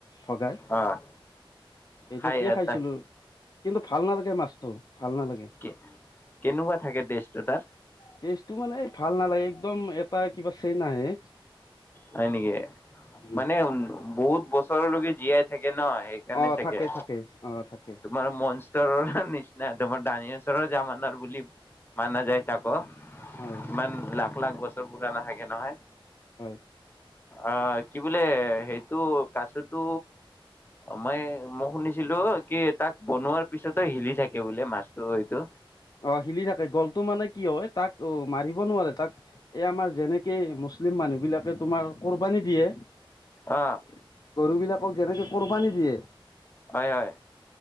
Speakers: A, on the left; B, on the left.
A: ভগাই
B: অ' খাই
A: তেতিয়া
B: এটা
A: খাইছিলো। কিন্তু ভাল নালাগে মাছটো। ভাল নালাগে
B: কে কেনেকুৱা থাকে টেষ্টটোৰ তাৰ?
A: টেষ্টটো মানে ভাল নালাগে একদম এটা কিবা চেন আহে।
B: হয় নেকি,
A: উম
B: মানে বহুত বছৰলৈকে জীয়াই থাক ন সেইকাৰণে
A: অ
B: চাগে,
A: থাকে থাকে অ থাকে
B: তোমাৰ মনষ্টাৰৰ নিচিনা তোমাৰ দানিয়াচৰৰ যামানা নাৰ বুলি মানা যায় তা ক।
A: হয়
B: মান লাক। এক লাখ বছৰ পুৰাণা থাকে নহয়।
A: হয়।
B: অ, কি বোলে সেইটো কাচটো মই মই শুনিছিলো কি তাক বনোৱাৰ পিছতো হিলি থাকে বোলে মাছটো সেইটো।
A: অ হিলি থাকে গ'লটো মানে কি হয় তাক মাৰিব নোৱাৰে, তাক যেনেকে মুছলিম মানুহ বিলাকে তোমাৰ কৰিব নিদিয়ে।
B: অ
A: <unintelligible> গৰু বিলাকক যেনেকে কৰবা নিদিয়ে।
B: হয় হয়।